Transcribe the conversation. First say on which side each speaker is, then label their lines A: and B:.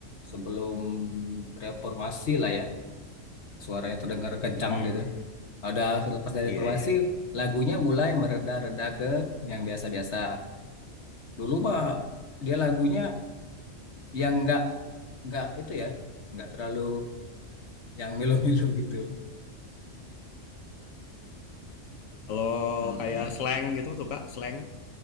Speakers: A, on the left; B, on the left.
A: sebelum reformasi lah ya suaranya terdengar kencang
B: Mm-mm.
A: gitu udah lepas dari
B: Iya,
A: reformasi
B: iya.
A: lagunya mulai mereda-reda ke yang biasa-biasa dulu mah dia lagunya yang nggak nggak itu ya nggak terlalu yang melo-melo <laughs> gitu
B: Kalau
A: Mm-mm.
B: kayak slang gitu suka slang.